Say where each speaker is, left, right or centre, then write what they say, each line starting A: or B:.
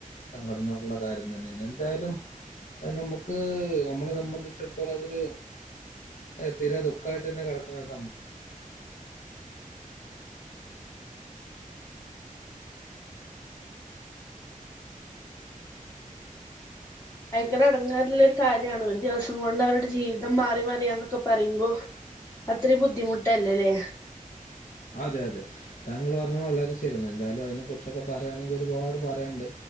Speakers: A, on the left; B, on the left.
A: സങ്കടം എന്നുള്ള കാര്യാതെന്നെയാണ്. എന്തായാലും അത് നമുക്ക് നമ്മളെ സംബന്ധിച്ച് വെച്ചാടൊത്തോളം, അതൊരു ഏ തീരെ ദുഖായിട്ട് തന്നെ കിടക്കണ ഒരു സംഭവം.
B: ഭയങ്കര എടങ്ങേറ്ള്ളൊരു കാര്യാണ് ഒരു ദിവസം കൊണ്ട് അവരുടെ ജീവിതം മാറി മറിയന്നൊക്കെ പറയുമ്പോ അത്ര ബുദ്ധിമുട്ടല്ലല്ലേ
A: അതെ അതെ താങ്കൾ പറഞ്ഞ വളരെ ശരിയാണ് എന്തായാലും അതിനെ കുറിച്ചൊക്കെ പറയുകയാണെങ്കിൽ ഒരുപാട് പറയാണ്ട്.